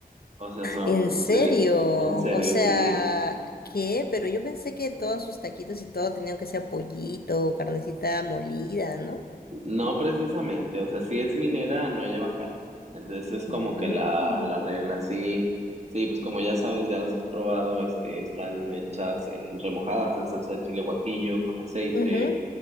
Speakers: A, on the right; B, on the left.
A: O sea, son,
B: ¿En serio?
A: sí, en serio,
B: O sea,
A: sí.
B: ¿qué? Pero yo pensé que todos sus taquitos y todo tenían que ser pollito o carnecita molida, ¿no?
A: No precisamente, o sea, si es minera, no lleva carne. Entonces es como
B: Mm.
A: que la, la regla, sí. Sí, pues como ya sabes, ya las has probado, este, están hechas en remojadas en salsa de chile guajillo con aceite
B: Ujú.